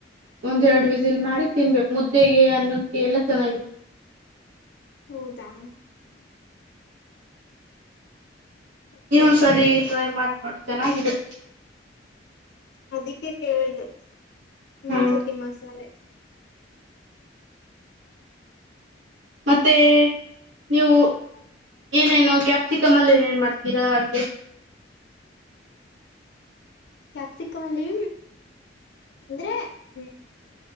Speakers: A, on the right; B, on the left.
A: ಒಂದ್ೆರಡು
B: ಹ್ಮ್
A: ವಿಸಿಲ್ ಮಾಡಿ ತಿನ್ಬೇಕು ಮುದ್ದೆಗೆ ಅನ್ನಕ್ಕೆ ಎಲ್ಲಾ ಚೆನ್ನಾಗಿರುತ್ತೆ
B: ಹೌದಾ ಓಕೆ
A: ನೀವು ಸರಿ ಟ್ರೈ ಮಾಡಿ ನೋಡಿ ಚೆನ್ನಾಗಿದೆ
B: ಅದಕ್ಕೆೇ ಕೇಳ್ದ ಇನ್ನೊಂದ್ಸತಿ
A: ಹಾ
B: ಮಸಾಲೆ
A: ಮತ್ತೆ ನೀವು ಏನೇನು ಕ್ಯಾಪ್ಸಿಕಮ್ ಅಲ್ಲಿ ಏನೇನ್ ಮಾಡ್ತೀರಾ ಅಡ್ಗೆ
B: ಕ್ಯಾಪ್ಸಿಕಮಲ್ಲಿ ಅಂದ್ರೆ ಹ್ಮ